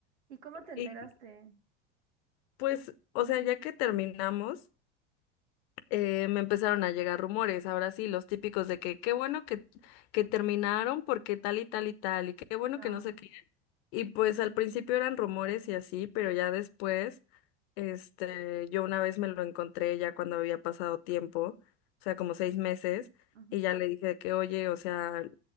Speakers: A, on the right; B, on the left.
A: ¿Y cómo te enteraste?
B: Y pues, o sea, ya que terminamos, eh, me empezaron a llegar rumores, ahora sí, los típicos de que qué bueno que, que terminaron porque tal y tal y tal, y qué bueno
A: No.
B: que no sé qué. Y pues al principio eran rumores y así, pero ya después, este, yo una vez me lo encontré ya cuando había pasado tiempo, o sea, como seis meses,
A: Ujú.
B: y ya le dije de que, oye, o sea,